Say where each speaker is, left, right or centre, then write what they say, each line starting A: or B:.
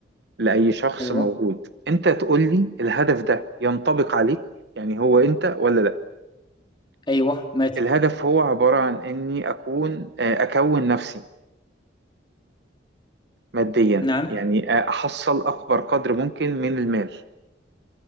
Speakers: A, on the right; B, on the left.
A: لأي شخص
B: أيوة
A: موجود أنت تقول لي الهدف ده ينطبق عليك يعني هو أنت ولا
B: أيوة ماتي
A: الهدف هو عبارة عن إني أكون آه، أكون نفسي ماديا
B: نعم
A: يعني آه، أحصل أكبر قدر ممكن من المال